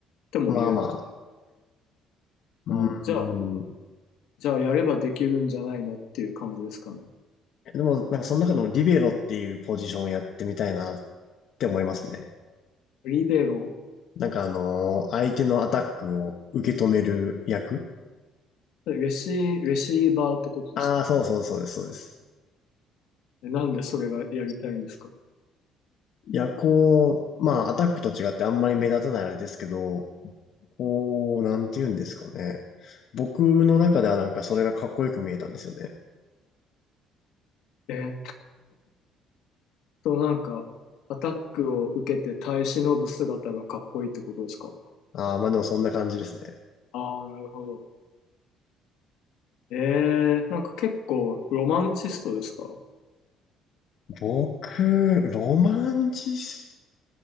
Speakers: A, on the left; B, on the left.
A: とも言えます。
B: まあまあ。うんうん。
A: あー、じゃあ、じゃあやればできるんじゃないのっていう感じですかね。
B: でも、なんかその中でもリベロっていうポジションをやってみたいなって思いますね。
A: リベロ、
B: なんかあのー相手のアタックを受け止める役
A: レシ、レシーバーってことですか
B: ああそうそうそうです、そうです。
A: えなんでそれがやりたいんですか
B: いや、こう、まあ、アタックと違ってあんまり目立たないあれですけど、こう、なんて言うんですかね。僕の中ではなんかそれがかっこよく見えたんですよね。
A: えと、なんか、アタックを受けて耐え忍ぶ姿がかっこいいってことですか
B: ああ、まあでもそんな感じですね。
A: ああー、なるほど。えー、なんか結構ロマンチストですか
B: 僕、ロマンチス